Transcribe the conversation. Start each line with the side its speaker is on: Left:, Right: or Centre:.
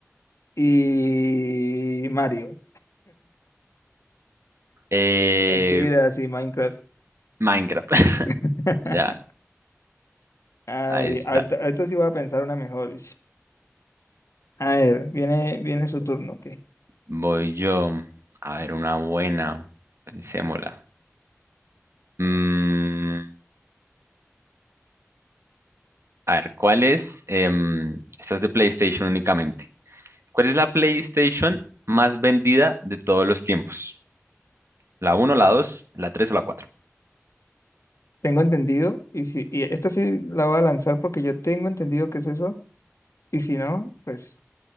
Left: y Mario.
Right: Eh,
Left: Mentiras y Minecraft.
Right: Minecraft.
Left: <laughs>
Right: <laughs> Ya,
Left: Ay,
Right: ahí está.
Left: ahorita, ahorita sí voy a pensar una mejor. ish. A ver, viene, viene su turno, ok.
Right: Voy yo. A ver, una buena. Pensémosla. Mm, a ver, ¿cuál es? em, esta es de PlayStation únicamente. ¿Cuál es la PlayStation más vendida de todos los tiempos? ¿La uno, la 2, la 3 o la cuatro.
Left: Tengo entendido, y si, y esta sí la voy a lanzar porque yo tengo entendido que es eso, y si no, pues